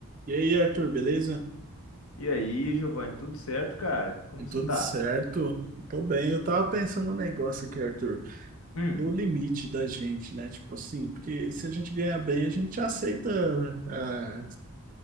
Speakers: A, on the right; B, on the left.
A: E aí, Arthur, beleza?
B: E aí, Giovanni, tudo certo, cara? Como
A: É Tudo
B: você tá?
A: certo? Tô bem. Eu tava pensando no negócio aqui, Arthur,
B: Hum,
A: do limite da gente, né? Tipo assim, porque se a gente ganhar bem, a gente aceita ah,